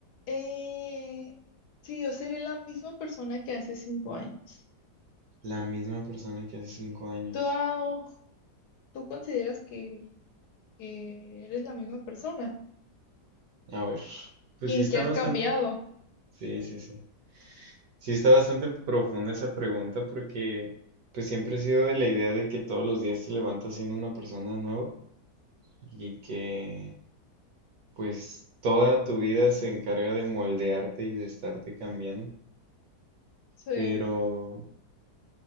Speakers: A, on the left; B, on the right.
A: eh, si yo seré la misma persona que hace 5 años.
B: la misma persona que hace cinco años.
A: ¿Tú, ah, tú consideras que, que eres la misma persona?
B: A ver, pues
A: ¿Y
B: sí
A: en
B: está
A: qué has
B: bastante.
A: cambiado?
B: Sí, sí, sí. Sí está bastante profunda esa pregunta porque pues siempre he sido de la idea de que todos los días te levantas siendo una persona nueva y que pues toda tu vida se encarga de moldearte y de estarte cambiando.
A: Sí,
B: Pero